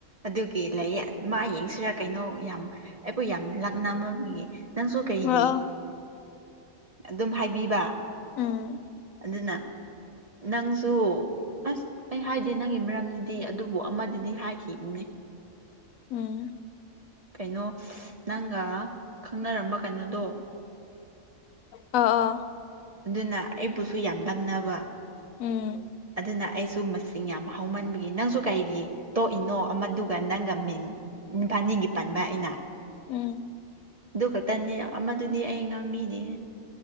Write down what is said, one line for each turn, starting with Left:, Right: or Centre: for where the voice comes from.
Right: ꯑꯗꯨꯒꯤ ꯂꯩ ꯃꯥ ꯌꯦꯡꯁꯤꯔ ꯀꯩꯅꯣ ꯌꯥꯝ ꯑꯩꯕꯨ ꯌꯥꯝ ꯂꯛꯅꯃꯟꯕꯒꯤ ꯅꯪꯁꯨ ꯀꯩꯒꯤ
Left: ꯑꯣ ꯑꯣ
Right: ꯑꯗꯨꯝ ꯍꯥꯏꯕꯤꯕ
Left: ꯎꯝ
Right: ꯑꯗꯨꯅ ꯅꯪꯁꯨ ꯑꯁ ꯑꯩ ꯍꯥꯏꯗꯦ ꯅꯪꯒꯤ ꯃꯔꯝꯗꯗꯤ ꯑꯗꯨꯕꯨ ꯑꯃꯗꯗꯤ ꯍꯥꯏꯈꯤ <unintelligible>
Left: ꯎꯝ
Right: ꯀꯩꯅꯣ ꯅꯪꯒ ꯈꯪꯅꯔꯝꯕ ꯀꯩꯅꯣꯗꯣ
Left: ꯑ ꯑ
Right: ꯑꯗꯨꯅ ꯑꯩꯕꯨꯁꯨ ꯌꯥꯝ ꯂꯛꯅꯕ
Left: ꯎꯝ
Right: ꯑꯗꯨꯅ ꯑꯩꯁꯨ ꯃꯁꯤꯡ ꯌꯥꯝ ꯍꯧꯃꯟꯕꯒꯤ ꯅꯪꯁꯨ ꯀꯩꯒꯤ ꯇꯣꯛꯏꯅꯣ ꯑꯃꯗꯨꯒ ꯅꯪꯒ ꯃꯤꯡ ꯅꯨꯄꯥꯅꯤꯒꯤ ꯄꯟꯕ ꯑꯩꯅ
Left: ꯎꯝ
Right: ꯑꯗꯨ ꯈꯛꯇꯅꯤ ꯑꯗꯨꯗꯤ ꯑꯩ ꯉꯥꯡꯕꯤꯗꯦꯍꯦ